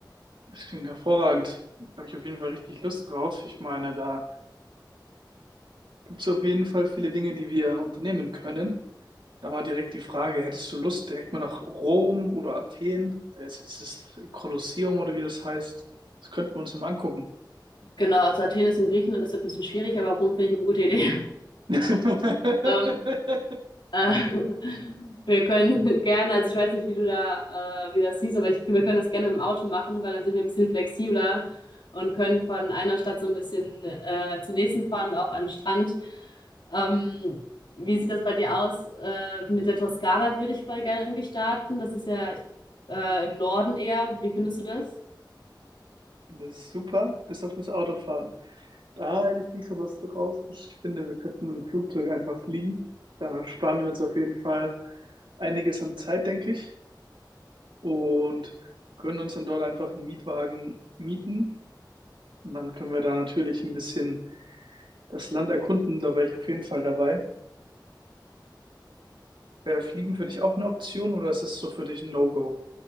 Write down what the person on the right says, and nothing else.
Das klingt hervorragend. Da habe ich auf jeden Fall richtig Lust drauf. Ich meine, da gibt es auf jeden Fall viele Dinge, die wir unternehmen können. Da mal direkt die Frage, hättest du Lust, direkt mal nach Rom oder Athen? Da ist ja dieses Kolosseum oder wie das heißt. Das könnten wir uns ja mal angucken.
<laughs>
Ich Finde das super, bis auf das Autofahren. Da hätte ich nicht so Lust drauf. Ich finde, wir könnten mit dem Flugzeug einfach fliegen. Da sparen wir uns auf jeden Fall einiges an Zeit, denke ich. und können uns dann dort einfach einen Mietwagen mieten. Und dann können wir da natürlich ein bisschen das Land erkunden. Da wäre ich auf jeden Fall dabei. Wäre Fliegen für dich auch eine Option oder ist es so für dich ein No-Go?